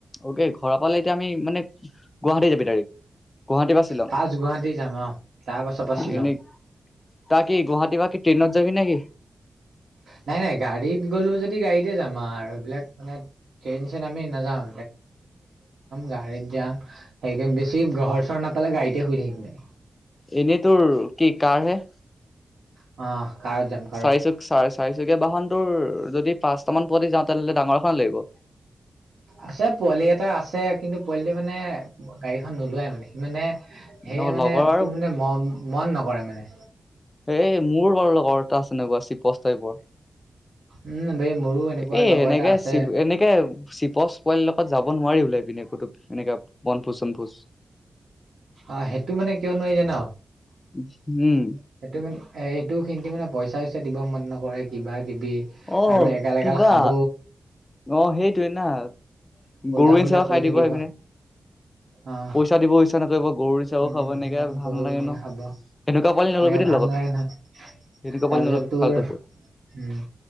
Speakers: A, on the left (about 25°); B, on the right (about 80°).
A: অ'কে ঘৰ পালে এতিয়া আমি মানে গুৱাহাটী যাবি দাৰেক গুৱাহাটী বা শিলং
B: ফাৰ্ষ্ট গুৱাহাটী যাম অ তাৰ পাছৰ পৰা শ্বিলং
A: এনেই, তইকি গুৱাহাটী বা কি ট্ৰেইনত যাবি নেকি?
B: নাই নাই গাড়ী গাড়ীত গ'লো যদি গাড়ীতে যা আৰু এইবিলাক ট্ৰেইন চেৰেইন আমি নাযাওঁ। গাড়ীত যাম সেইকে বেছি ঘৰ চৰ নাপালে গাড়ীতে শুই থাকিম দে।
A: এনেই তোৰ কি কাৰ হে-
B: অ কাৰত যাম কাৰত
A: চাৰিচুক চ চাৰিচুকীয়া বাহনটোৰ যদি পাঁচটামান পোৱালি যাওঁ তেনেহ'লে ডাঙৰ এখন লাগিব।
B: আছে পোৱালি এটা আছে কিন্তু পোৱালিটো মানে গাড়ীখন নোলোৱাই মানে সি মানে সেই
A: অ
B: মানে
A: লগৰ আৰু
B: তোৰ মানে ম মন নকৰে মানে
A: এ মোৰ ঘৰৰ লগৰ এটা আছে এনেকুৱা চিপছ টাইপৰ
B: উম বে মোৰো এনেকুৱা
A: এ
B: লগৰ
A: এনেকে
B: এটা আছে
A: চি এনেকে চিপচ পোৱালিৰ লগত যাব নোৱাৰি ওলাই পিনে কত এনেকা বনফোজ চনফোজ।
B: অ সেইটো মানে কিয় নোৱাৰি জানা?
A: উম
B: সেইটো মানে এ সেইটো কিন্তু মানে পইচা চইচা দিব মন নকৰে কিবা কিবি -- কিবি
A: অ
B: আৰু এগাল
A: কিবা
B: এগাল খাব।
A: অ সেইটোয়ে ৱে না
B: উল্টা
A: গৰু
B: ফুল্টা
A: এ চ
B: কৰি
A: খাই দিব
B: থাকিব
A: সি পিনে।
B: আহ
A: পইচা দিব ইচ্ছা নকৰিব গৰু চাহও
B: উম
A: খাব এনেকে ভাল
B: গৰু
A: নালাগে
B: এনেকে
A: ন?
B: খাব
A: সেনেকুৱা পোৱালি
B: এনেকে
A: নল'বি দেই
B: ভাল
A: লগত
B: নালাগে নহয়
A: সেনেকুৱা
B: তাৰপিছত
A: পালি নল'বি
B: তোৰ
A: ভালটো ব
B: উম